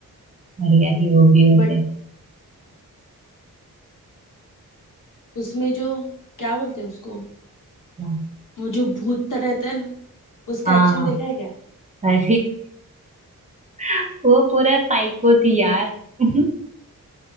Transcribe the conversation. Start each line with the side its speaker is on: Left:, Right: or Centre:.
Right: बढ़िया थी वो भी वैसे
Left: बट उसमें जो क्या बोलते हैं उसको
Right: हाँ
Left: वो जो भूत तरह रहता है ना उसका
Right: हाँ
Left: एक्शन
Right: हाँ।
Left: देखा है क्या
Right: अरे <laughs> वो पूरा साइको थी यार <laughs>